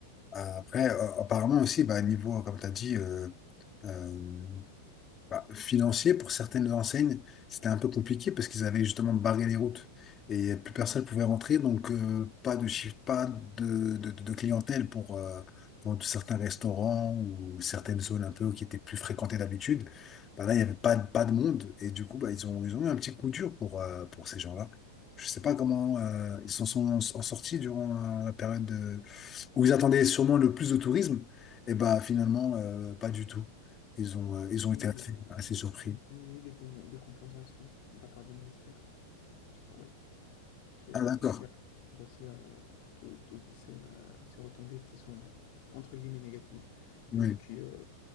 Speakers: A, on the left; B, on the left.
A: Après, euh, apparemment aussi, bah, niveau, comme tu as dit, euh, euh, bah, financier, pour certaines enseignes, c'était un peu compliqué parce qu'ils avaient justement barré les routes et plus personne pouvait rentrer, donc euh, pas de chiffre, pas de, de- de clientèle pour, euh, pour certains restaurants ou certaines zones un peu qui étaient plus fréquentées d'habitude. Bah là, il n'y avait pas, de- pas de monde et du coup, bah, ils ont, ils ont eu un petit coup dur pour, euh, pour ces gens-là. Je sais pas comment euh, ils s'en sont en sortis durant euh, la période où ils attendaient sûrement le plus de tourisme, et bah finalement, euh, pas du tout. Ils ont, euh, ils ont
B: Oui,
A: été assez, assez surpris.
B: il y a eu des, com- des compensations de la part du ministère du Travail. qui, euh,
A: Ah d'accord,
B: qui apprend aussi euh, tout- toutes ces, euh, ces retombées qui sont euh, entre guillemets négatives, mais
A: oui,
B: qui euh,